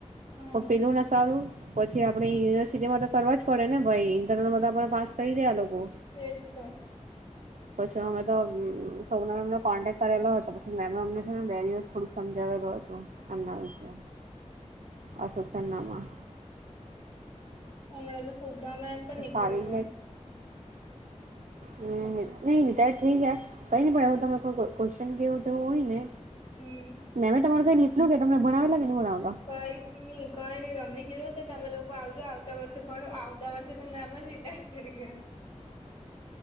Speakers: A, on the left; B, on the right.
A: હા
B: પણ પેલું ને સારું. પછી આપડે યુનિવર્સિટીમાં તો કરવા જ પડે ને ભાઈ ઇન્ટરનલમાં તો આપણે પાસ થય ગ્યા લોકો,
A: એજ તો
B: પછી અમે તો સૌનો એમનો કોન્ટેક્ટ કરેલો હતો પછી મેમ એ અમને બે દિવસ થોડુંક સમજાવેલુ હતું એમના વિશે. અશોક સરનામાં.
A: હમણાં તો સુધામેમ પણ નીકળી
B: ફાવી
A: ગયા.
B: હ નહી રિટાયર થઈ ગ્યા કઈ નય પણ એવું ત ક્વેશ્ચન કેવું તો એવુ હોય ને.
A: હમ
B: નને મેં તમારું કઈ લીકલું કે તમને ભણવેેલા કે નઈ ભણલા?
A: કઈ નહી કઈ નહી તમને કીધું કે તમે લોકો આવજો આવતા વર્ષે પણ આવતા વર્ષે તો મેમ જ રિટાયર થઇ ગ્યા.